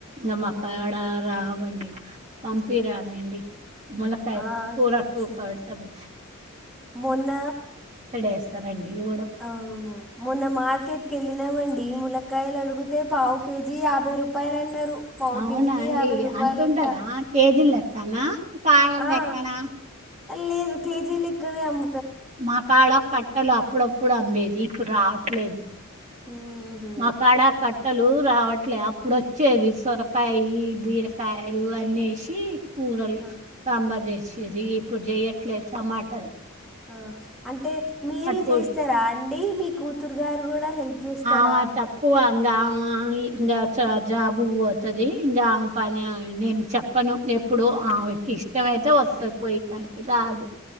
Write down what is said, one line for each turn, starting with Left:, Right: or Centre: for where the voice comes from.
Right: నమ
Centre: అవును
Right: అకాడ రా ఇవ్వండి పంపిరాదండి ముల్లకాయ
Centre: ఆ
Right: కూరుకు సూపర్
Centre: స
Right: ఉంటాది
Centre: మొన్న
Right: వేస్తారండి ఉడక
Centre: అవునా మొన్న మార్కెట్కి వెళ్ళినామం అ ముల్కాయలు అడిగితే పావు కేజీ యాభై రూపాయలు అన్నారు పావు
Right: అవునా
Centre: కేజీకి
Right: అండి
Centre: యాభై రూపాయలంట
Right: అతుంటదా కేజీలు లెక్కనా కాయల
Centre: ఆ
Right: ఎక్కనా
Centre: లేదు కేజీ ఎక్కనే అమ్
Right: మా కాళ్ళ కట్టలు అప్పుడప్ ఇప్పుడు అమ్మేది ఇప్పుడు రావట్లేదు
Centre: ఊహూ
Right: మకాడ కట్టలు రావట్లేదు అప్పుడు వచ్చేది సొరకాయ బీరకాయలు అనేసి ఊరలు
Centre: ఆ
Right: సాంబార్ చేసి ఇది ఇప్పుడు చెయ్యట్లేదు టమాటర్
Centre: ఆ అంటే మీరే
Right: పొడి
Centre: చేస్తారా అ అండి మీ కూతురు గారు కూడా హెల్ప్ చేస్తారా
Right: ఆ తక్కువ ఇంకా ఇంకా జాబు పోతుంది ఇంకామె పని నేను చెప్పను ఎప్పుడు ఆమెకి ఇష్టం అయితే వస్తంది పోయ కాడికి రాదు